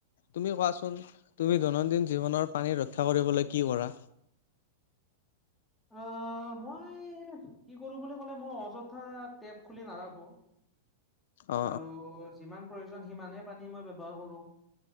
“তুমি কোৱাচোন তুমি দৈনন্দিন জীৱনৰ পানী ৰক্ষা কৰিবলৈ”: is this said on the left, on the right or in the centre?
Left